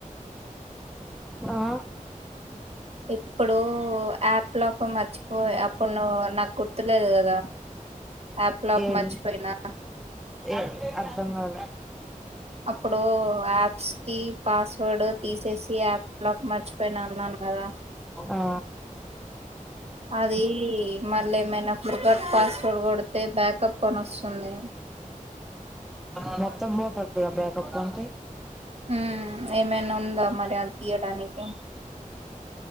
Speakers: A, in the centre; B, on the right.
A: ఆ
B: ఇప్పుడు యాప్ లాక్ మర్చి పోయే అప్పుడు నువ్వు నాకు గుర్తులేదు కదా ఆప్ లాక్
A: ఏది
B: మర్చిపోయినా.
A: ఏ అర్ధంగాలే.
B: అప్పుడు యాప్స్ కి పాస్వర్డ్ తీసేసి యాప్ లాక్ మర్చిపోయినా అన్నాను కదా.
A: ఆ
B: అదీ మళ్ళ ఏమైనా ఫర్గాట్ పాస్వర్డ్ కొడుతే బ్యాకప్ అని వస్తుంది.
A: ఆ మొత్తం పోతదిగా బ్యాకప్ అంటే
B: హ్ ఏమైనా ఉందా మరి అది తీయడానికి.